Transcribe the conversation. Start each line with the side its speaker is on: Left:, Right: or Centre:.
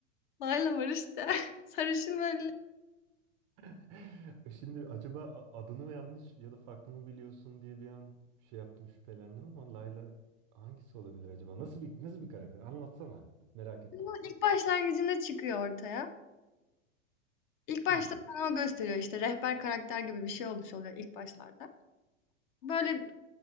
Left: Layla var işte. <laughs> Sarışın böyle.
Right: <laughs> Şimdi acaba a- adını mı yanlış ya da farklı mı biliyorsun diye bir an şey yaptım şüphelendim ama Layla hangisi olabilir acaba? Nasıl bir nasıl bir karakter? Anlatsana. Merak ettim.
Left: Ama ilk başlangıcında çıkıyor ortaya. İlk başta
Right: Hmm.
Left: sana o gösteriyor işte rehber karakter gibi bir şey olmuş oluyor ilk başlarda. Böyle